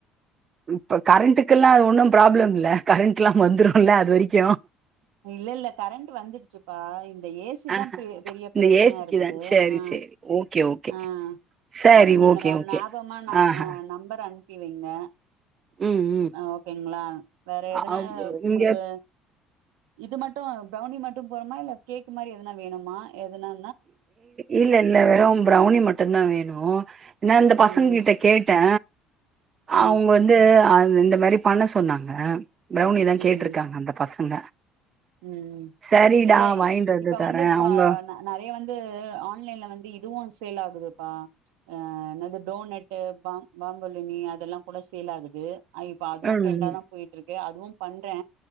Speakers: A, on the right; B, on the right.
A: இப்ப கரண்ட்டுக்குல்லா அது ஒன்னு ப்ராப்ளம் இல்ல கரண்ட் எல்லா வந்துருல்ல அது வரைக்கு
B: இல்ல இல்ல கரண்ட் வந்துடுச்சுப்பா இந்த ஏ சி
A: ஆ
B: தா பெ பெரிய
A: இந்த
B: பிரச்சனையா
A: ஏசிக்குதா
B: இருக்குது
A: சேரி
B: ஆ
A: சேரி ஓகே ஓகே
B: ஆ
A: சரி
B: அது நீங்க
A: ஓகே
B: ந
A: ஓகே
B: ஞாபகமா நா
A: ஆஹா
B: நம்பர் அ அனுப்பி வைங்க
A: ம் ம்
B: ஓகேங்ளா வேற எதுனா
A: அவங்க இங்க
B: உங்ளுக்கு இது மட்டு பிரௌனி மட்டு போதுமா இல்ல கேக் மாரி எதனா வேணுமா எதுனா
A: இல்ல இல்ல வெறு பிரௌனி மட்டு தா வேணு ஏன்னா இந்த பசங்க
B: ம்
A: கிட்ட கேட்டே
B: ஆ
A: அவங்க வந்து ஆ இந்த மாரி பண்ண சொன்னாங்க பிரௌனி தா
B: ம்
A: கேட்டிருக்காங்க அந்த பசங்க
B: ம்
A: சரிடா
B: இல்ல
A: வாங்கிட்டு
B: இப்ப வந்து
A: தரே
B: பா
A: அவங்க
B: நெறைய வந்து ஆன்லைன்ல வந்து இதுவு சேல் ஆகுதுப்பா ஆ என்னது டோனட்டு பா பாம்புலினி அதெல்லா கூட சேல் ஆகுது ஆ இப்ப அதுவு
A: ம்
B: ட்ரெண்டா தா போயிட்டு இருக்கு அதுவு பண்றே